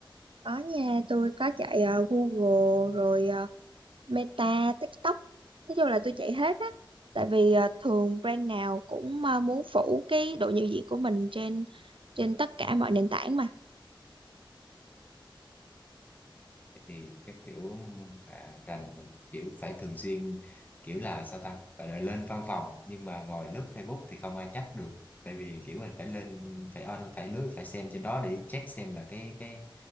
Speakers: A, on the right; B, on the left.
A: Có nha, tôi có chạy ờ, Google rồi ờ, Meta, TikTok. Nói chung là tôi chạy hết á. Tại vì ờ, thường brand nào cũng ờ, muốn phủ cái độ nhận diện của mình trên trên tất cả mọi nền tảng mà.
B: thì cái kiểu mà rành mình kiểu phải thường xuyên kiểu là sao ta gọi là lên văn phòng nhưng mà ngồi lướt Facebook thì không ai chắc được tại vì kiểu mình phải lên phải on phải lướt phải xem trên đó để check xem là cái cái